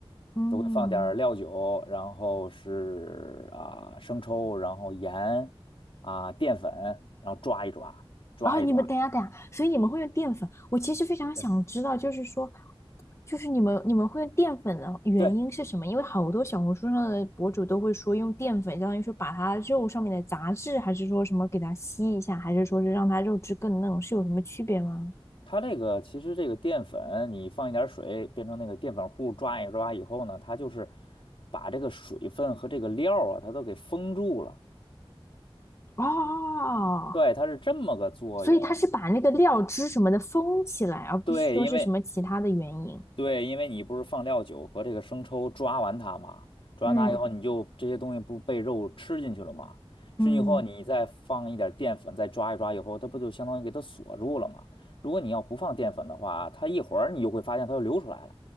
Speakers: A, on the left (about 30°); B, on the left (about 65°).
A: 嗯，
B: 都会放点儿料酒，然后是啊、生抽，然后盐啊、淀粉，然后抓一抓，抓一抓。
A: 哦，你们等一下等一下，所以你们会用淀粉？我其实非常想知道，
B: 对
A: 就是说，就是你们你们会用淀粉的原因是什么？
B: 对。
A: 因为好多小红书上的博主都会说用淀粉，相当于说把它肉上面的杂质，还是说什么给它吸一下，还是说是让它肉质更嫩，是有什么区别吗？
B: 它这个其实这个淀粉，你放一点儿水变成那个淀粉糊，抓一抓以后呢，它就是把这个水分和这个料儿啊，它都给封住了。
A: 哦，
B: 对，它是这么个作用。
A: 所以它是把那个料汁什么的封起来，而不是说是什么其他的原因。
B: 对，因为对，因为你不是放料酒和这个生抽抓完它嘛，抓完它以后，
A: 嗯
B: 你就这些东西不被肉吃进去了嘛？吃进去以后，
A: 嗯，
B: 你再放一点儿淀粉，再抓一抓以后，它不就相当于给它锁住了吗？如果你要不放淀粉的话，它一会儿你就会发现它又流出来了